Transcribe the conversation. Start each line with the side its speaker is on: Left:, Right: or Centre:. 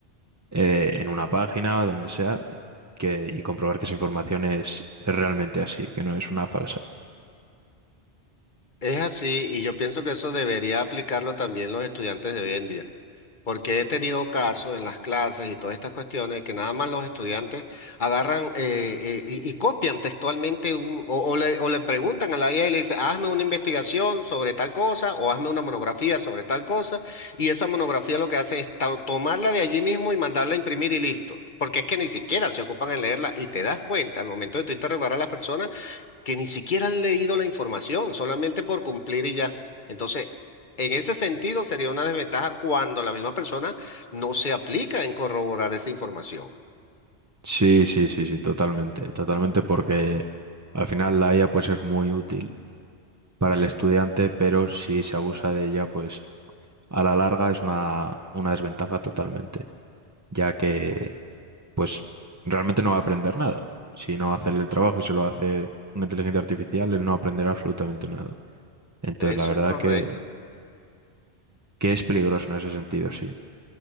Right: eh, en una página, donde sea, que, y comprobar que esa información es, es realmente así, que no es una falsa.
Left: Es así, y yo pienso que eso debería aplicarlo también los estudiantes de hoy en día, porque he tenido casos en las clases y todas estas cuestiones que nada más los estudiantes agarran eh, eh, y, y copian textualmente un- o, o le, o le preguntan a la IA y le dicen, hazme una investigación sobre tal cosa o hazme una monografía sobre tal cosa, y esa monografía lo que hace es to- tomarla de allí mismo y mandarla a imprimir y listo, porque es que ni siquiera se ocupan en leerla y te das cuenta al momento de tú interrogar a las personas que ni siquiera han leído la información, solamente por cumplir y ya. Entonces, en ese sentido sería una desventaja cuando la misma persona no se aplica en corroborar esa información.
Right: Sí, sí, sí, sí, totalmente, totalmente, porque al final la IA pues es muy útil para el estudiante, pero si se abusa de ella, pues a la larga es una, una desventaja totalmente, ya que pues realmente no va a aprender nada. Si no hace el trabajo y se lo hace una inteligencia artificial, él no aprenderá absolutamente nada. Entonces,
Left: Eso
Right: la verdad
Left: es correcto.
Right: que, que es peligroso en ese sentido, sí